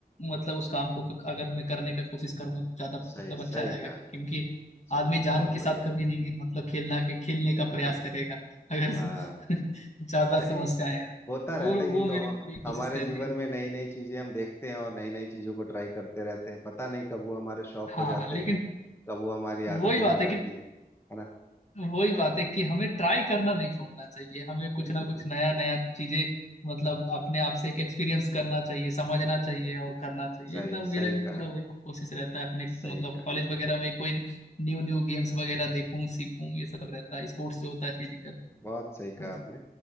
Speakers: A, on the left (about 45°); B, on the left (about 15°).
A: मतलब उस काम को क- अगर मैं करने का कोशिश करूंगा तो ज्यादा
B: सही
A: मतलब
B: सही
A: अच्छा रहेगा
B: कहा
A: क्योंकि
B: चलिए
A: आदमी जान
B: बहुत
A: के साथ
B: बढ़िया
A: कभी नहीं कि मतलब खेलना के खेलने का प्रयास
B: <laughs>
A: करेगा अगर
B: हाँ
A: <laughs> ज्यादा
B: चलिए
A: समस्याएं हैं तो
B: होता
A: वो
B: रहता है
A: वो
B: ये
A: मेरी
B: तो ह-
A: पूरी कोशिश
B: हमारे
A: रहती
B: जीवन
A: है
B: में नई नई चीजें हम देखते हैं और नई नई चीजों को ट्राई करते रहते हैं पता नहीं कब वो हमारे शौक
A: हाँ
B: हो जाते
A: लेकिन
B: हैं कब वो हमारी
A: वही
B: आदतें
A: बात
B: हो जाती
A: है कि
B: है है ना
A: वही बात है कि हमें ट्राई करना नहीं छोड़ना चाहिए हमें कुछ
B: बिल्कुल
A: ना कुछ
B: बिल्कुल
A: नया नया चीजें मतलब अपने आप से एक एक्सपीरियंस करना चाहिए समझना चाहिए और करना चाहिए
B: सही
A: एकदम मेरा
B: सही
A: भी पूरा
B: कहा
A: वही को- कोशिश रहता है अपने
B: सही
A: मतलब
B: कहा
A: कॉलेज वगैरह में कोई न्यू न्यू गेम्स वगैरह देखूं सीखूं ये सब रहता है स्पोर्ट्स जो होता है फिजिकल
B: बहुत सही कहा
A: हाँ जी।
B: आपने